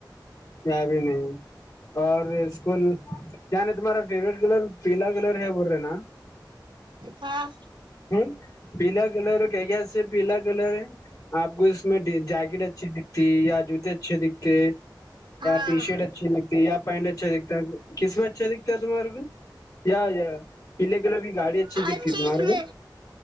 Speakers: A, on the left; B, on the right.
A: میں بھی نہیں اور اسکول ان تمہارا فیوریٹ کلر پیلا کلر ہے بول رہے نا
B: ہاں
A: ہ پلا کلر ر کہ کیاہ ج سے پیلا کلر ہے آپ کو اس میں جیکٹ اچھی دکھتی یا جوتے اچھے دکھتے
B: ہاں
A: ٹی شرٹ اچھی ن یا پینٹ اچھا دیککھتا ہے قسمت اچھا دکھتا ہے تمارگ یا یا پل کےلا بھی گاڑی اچھی
B: ہر
A: دکھتی
B: چیز
A: تمار
B: میں
A: کو